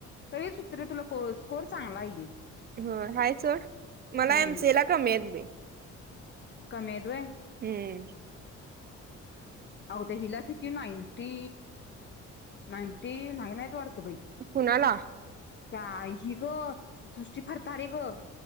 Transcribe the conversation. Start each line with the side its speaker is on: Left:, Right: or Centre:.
Left: तरी सुप्रे तुला स्को स्कोर चांगला आहे की.
Right: होय हाय सोड मला
Left: हम्म
Right: एम सी ए ला कमी आहेत बाई.
Left: कमी येत होय.
Right: हम.
Left: आगं ते हिला किती नाइनटी नाइटी नाईन हायत. बाई
Right: कुणाला?
Left: त्या ही ग सृष्टी फरतारे गं.